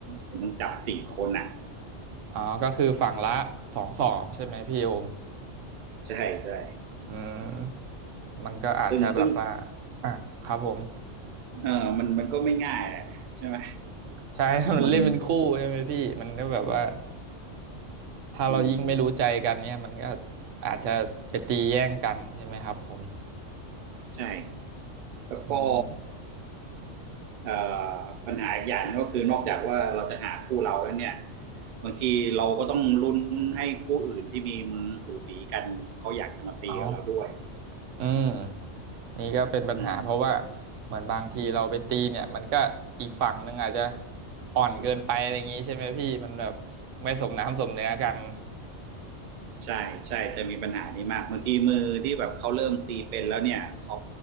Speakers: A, on the right; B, on the right.
A: คุณต้องจับสี่คนอ่ะ
B: อ๋อก็คือฝั่งละสองสองใช่ไหมพี่โอม
A: ใช่ใช่
B: อืมมันก็อาจจะแบบว่า
A: ซึ่งซึ่ง
B: อ่ะครับผม
A: เออมันมันก็ไม่ง่ายแหละใช่ไหม
B: ใช่ <laughs> มันเล่นเป็นคู่ใช่ไหมพี่มันก็แบบว่า
A: มึงมึง
B: ถ้าเรายิ่งไม่รู้ใจกันเนี่ยมันก็
A: อืม
B: อาจจะไปตีแย่งกันใช่ไหมครับผม
A: ใช่แล้วก็
B: อืม
A: เอ่อปัญหาอีกอย่างก็คือนอกจากว่าเราจะหาคู่เราแล้วเนี่ยบางทีเราก็ต้องลุ้นให้คู่อื่นที่มีมือสูสีกันเขาอยากจะมาตีกับเราด้วย
B: อ๋อ อืมนี่ก็เป็นปัญหาเพราะว่า
A: อืม
B: เหมือนบางทีเราไปตีเนี่ยมันก็อีกฝั่งหนึ่งอาจจะอ่อนเกินไปอะไรอย่างงี้ใช่ไหมพี่มันแบบไม่สมน้ำสมเนื้อกัน
A: ใช่ใช่จะมีปัญหานี้มากบางทีมือที่แบบเขาเริ่มตีเป็นแล้วเนี่ยเขา